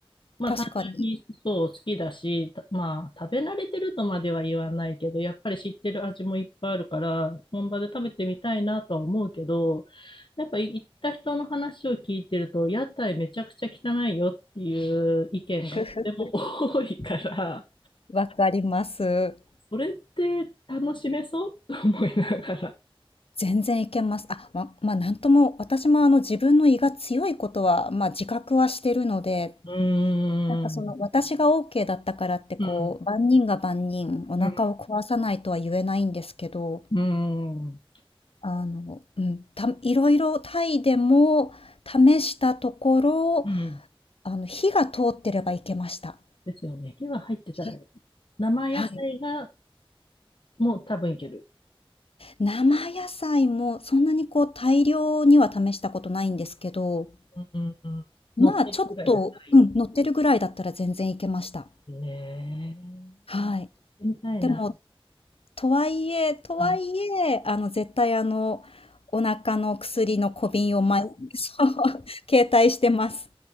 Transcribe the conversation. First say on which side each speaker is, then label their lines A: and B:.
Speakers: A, on the left; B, on the left.
A: まあ単純にそう好きだし、
B: 確かに。
A: たまあ食べ慣れてるとまでは言わないけど、やっぱり知ってる味もいっぱいあるから、本場で食べてみたいなとは思うけど、やっぱ行った人の話を聞いてると、屋台めちゃくちゃ汚いよっていう意見がとても多いから、
B: ふふ <laughs> わかります。
A: それって楽しめそうと思いながら。
B: 全然いけます。あ、ままあ、なんとも、私もあの自分の胃が強いことは、まあ、自覚はしてるので、
A: <laughs> うーん、
B: なんかその私がオーケーだったからってこう、
A: うん、
B: 万人が万人お腹を壊さないとは言えないんですけど、
A: うん、うん、
B: あの、うん、たいろ々タイでも試したところ
A: うん。
B: あの、火が通ってればいけました。
A: ですよね。火は入ってたらいい。
B: はい、
A: 生野菜が
B: ははい。い。
A: もう多分いける。
B: 生野菜もそんなにこう大量には試したことないんですけど、
A: うんうんうん。
B: まあ、
A: 乗ってるぐらいだったらい
B: ちょっとうん、乗ってるぐらいだったら全然いけました。
A: い。ね
B: はい。
A: え、みたいな。
B: でも、とはいえとはいえ、
A: はい。
B: あの、絶対あの、お腹の薬の小瓶をまい <laughs> そう、携帯してます。